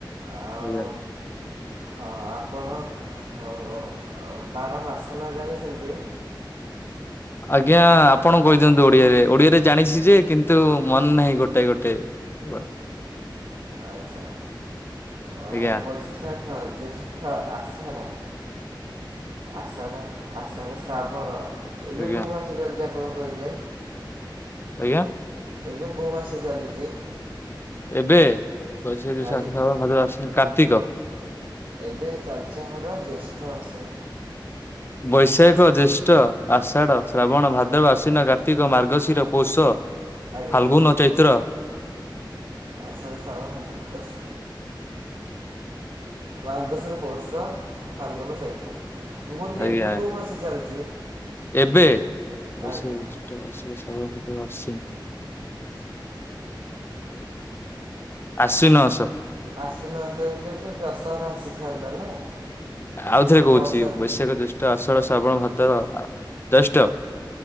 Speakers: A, on the right; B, on the left.
A: ଆଉ
B: ଆଜ୍ଞା।
A: ହଁ ଆପଣ ଅ ବାର ମାସନା ଜାଣିଛନ୍ତି?
B: ଆଜ୍ଞା ଆପଣ କହିଦିଅନ୍ତୁ ଓଡିଆରେ ଓଡିଆରେ ଜାଣିଛି ଯେ କିନ୍ତୁ ମନେ ନାହିଁ ଗୋଟେ ଗୋଟେ। <unintelligible>
A: ଆଚ୍ଛା ଅ
B: ଆଜ୍ଞା
A: ବୈଶାଖ, ଜ୍ୟେଷ୍ଠ, ଆଷାଢ଼। ଆଷାଢ଼ ଆଷାଢ଼ ଶ୍ରାବଣ ଏବେ
B: ଆଜ୍ଞା
A: କୋଉ ମାସ ଚାଲିଚି ଆପଣ କହିଲେ?
B: ଆଜ୍ଞା।
A: ଏବେ କୋଉ ମାସ ଚାଲିଚି?
B: ଏବେ ବୈଶାଖ, ଜ୍ୟୈଷ୍ଠ,
A: ଆଜ୍ଞା,
B: ଆଶ୍ଵିନ, ଶ୍ରାବଣ, ଭାଦ୍ରବ, ଆଶ୍ଵିନ, କାର୍ତ୍ତିକ।
A: ଏବେ ଚାଲିଛି ଆମର ଜ୍ୟେଷ୍ଠ ଆସ
B: ବୈଶାଖ ଜ୍ୟେଷ୍ଠ ଆଷାଢ ଶ୍ରାବଣ ଭାଦ୍ରବ ଆଶ୍ଵିନ କାର୍ତ୍ତିକ ମାର୍ଗଶିର। ପୈଷ
A: ଆଜ୍ଞା,
B: ଫାଲଗୁନ ଚୈତ୍ର।
A: ଆଷାଢ଼ ଶ୍ରାବଣ ଆସ ମାର୍ଗଶିର ପୌଷ ଫାଲଗୁନ ଚୈତ୍ର। ମୁଁ କହୁଥିଲି
B: ଆଜ୍ଞା
A: ଏବେ କୋଉ ମାସ ଚାଲିଛି
B: ଏବେ ବୈଶାଖ
A: ଆଜ୍ଞା।
B: ଜ୍ୟେଷ୍ଠ ଆଶ୍ଵିନ। ଆଶ୍ଵିନ ମାସ।
A: ଆଶ୍ଵିନ ମାସ ହେଇଥିଲେ ତ ଦଶହରା ଆସିଥାନ୍ତା ନା।
B: ଆଉଥରେ କହୁଛି
A: ବର୍ଷା
B: ବୈଶାଖ ଜ୍ୟୈଷ୍ଠ ଆଷାଢ଼ ଶ୍ରାବଣ ଭାଦ୍ରବ ଜ୍ୟୈଷ୍ଠ।